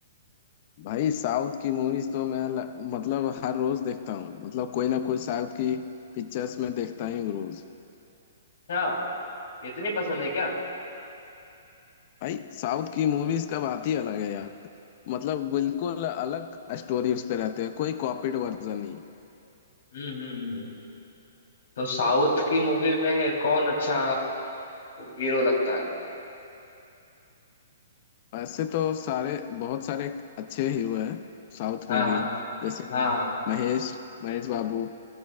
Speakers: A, on the left; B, on the left.
A: भाई साउथ की मूवीज तो मैं ल- मतलब हर रोज देखता हूँ मतलब कोई ना कोई साउथ की पिक्चर्स में देखता ही हूँ रोज
B: अच्छा इतनी पसंद है क्या
A: भाई साउथ की मूवीज का बात ही अलग है यार मतलब बिल्कुल अलग स्टोरी उस पे रहते हैं कोई कॉपीड वर्जन नहीं
B: हम्म हम्म हम्म। तो साउथ की मूवी में कौन अच्छा हीरो लगता है
A: ऐसे तो सारे बहुत सारे अच्छे हीरो हैं साउथ
B: हाँ
A: में भी
B: हाँ
A: जैसे कि
B: हाँ
A: म- महेश महेश बाबू